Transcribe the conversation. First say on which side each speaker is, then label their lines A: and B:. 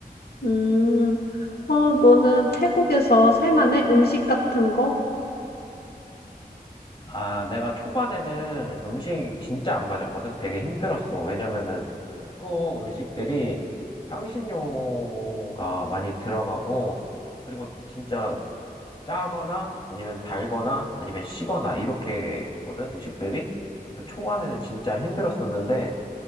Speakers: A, on the left; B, on the left.
A: 음. 어, 너는 태국에서 살만해? 음식 같은 거?
B: 아, 내가 초반에는 음식 진짜 안 맞았거든. 되게 힘들었어. 왜냐면은 태국 음식들이 향신료가 많이 들어가고, 그리고 진짜 짜거나 아니면 달거나 아니면 시거나 이렇게거든, 음식들이. 그래서 초반에는 진짜 힘들었었는데,